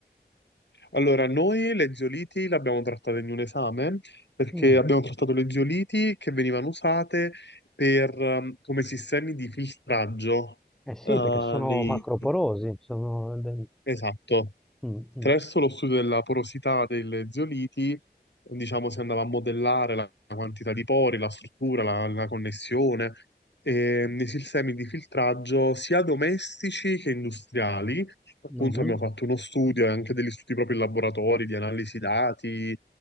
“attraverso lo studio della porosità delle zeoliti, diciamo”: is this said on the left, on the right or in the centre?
Left